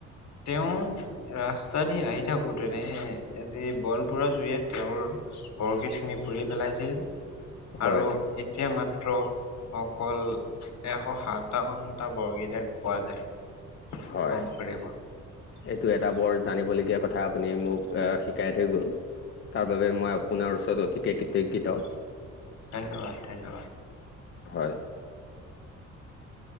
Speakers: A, on the left (about 65°); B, on the left (about 40°).
A: তেওঁ ৰাস্তা দি আহি থাকোতেনে এদিন বন পোৰা জুই তেওঁৰ বৰগীত খিনি পুৰি পেলাইছিল।
B: হয়
A: আৰু এতিয়া মাত্ৰ অকল এশ সাতাৱন্নটা বৰগীতহে পোৱা যায়।
B: হয়।
A: শংকৰদেৱৰ
B: এইটো এটা বৰ জানিবলগীয়া কথা আপুনি মোক এ শিকাই থৈ গ'ল। তাৰ বাবে মই আপোনাৰ ওচৰত অতিকে কৃতজ্ঞত।
A: ধন্যবাদ ধন্যবাদ।
B: হয়।